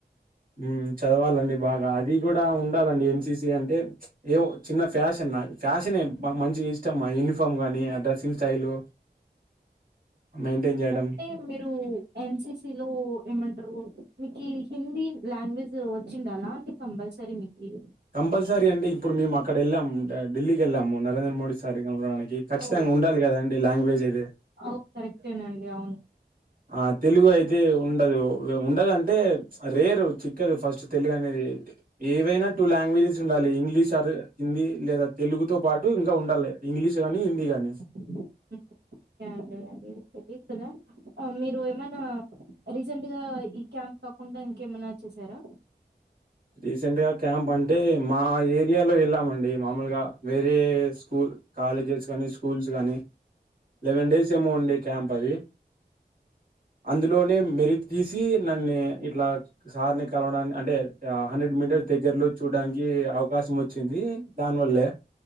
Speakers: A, on the right; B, on the right.
A: ఉమ్మ్ చదవాలండి బాగా అది కూడా ఉండాలండి ఎన్. సి. సి అంటే ఏవో చిన్న ఫ్యాషన్ నా ఫ్యాషన్ నే మంచిగా ఇష్టం మా యూనిఫామ్ కానీ ఆ డ్రెస్సింగ్ స్టైలు మెయింటైన్ చేయడం.
B: అంటే మీరు ఎన్. సి. సి లో ఏమంటరు మీకి హిందీ లాంగ్వేజ్ వచ్చిండలా అంటే కంపల్సరీ మీకీ
A: కంపల్సరీ అంటే ఇప్పుడు మేము అక్కడ ఎళ్ళామ్ ఢిల్లీకి ఎళ్ళాము నరేంద్ర మోడీ సార్ ని కలవడానికి ఖచ్చితంగా
B: ఓ
A: ఉండాలి కదండి లాంగ్వేజ్ అయితే
B: ఓ కరెక్టేనండి అవును
A: ఆ తెలుగు అయితే ఉండదు. ఉండదంటే రేరు, చిక్కదు ఫస్ట్ తెలుగు అనేది. ఏవైనా. టూ లాంగ్వేజెస్ ఉండాలి. ఇంగ్లీష్ ఆర్ హిందీ లేదా తెలుగు తో పాటు ఇంకా ఉండాలి, ఇంగ్లీష్ గానీ, హిందీ అనేసి.
B: <inaudible> ఒకే అండి అదే తెలీదు కదా. ఆ మీరు ఏమన్నా రీసెంట్ గా ఈ క్యాంప్ కాకుండా, ఇంకేమైనా చేసారా.
A: రీసెంట్ గా క్యాంప్ అంటే, మా ఏరియాలో ఎళ్ళామండి. మామూలుగా వేరే స్కూల్, కాలేజెస్ గానీ, స్కూల్స్ గానీ లెవెన్ డేస్ ఏమో ఉండే క్యాంప్ అది. అందులోనే మెరిట్ తీసి, నన్నే ఇట్లా సార్ని కలవడాన్ని అంటే, ఆ హండ్రెడ్ మీటర్ దగ్గరలో చూడ్డానికి అవకాశం ఓచ్చింది, దానివల్లే.